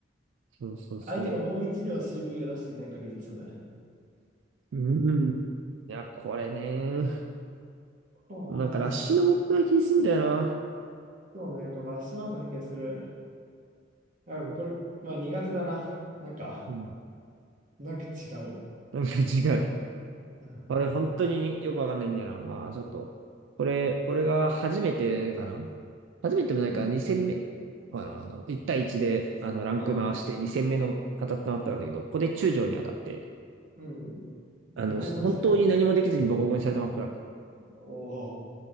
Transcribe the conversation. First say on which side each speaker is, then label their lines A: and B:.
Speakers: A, on the right (about 80°); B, on the right (about 45°).
A: そうそうそ
B: 相手がもう一両 CV を出していない限り積む。
A: う。うん。いや、これね、
B: こう、
A: なんかラッシュなモップな気すんだよな。
B: うん、そうね、これラッシュマップな気がする。あ、
A: そう
B: これ、まあ苦手だな。なんか。
A: うん。
B: なんか違う。
A: なんか違う。
B: うん。
A: 俺、本当によくわかんないんだよな。まあ、ちょっと。これ、俺が初めてかな初めてもないか、
B: うん。
A: 2戦目ほら、あの、1対1で、あの、ランク回して2戦目の当たったマップなんだけど、
B: あ
A: ここで中将に当たって、
B: うん。ボコボコにされた。
A: あの、本当に何もできずにボコボコにされたマップなんだよ。
B: おお。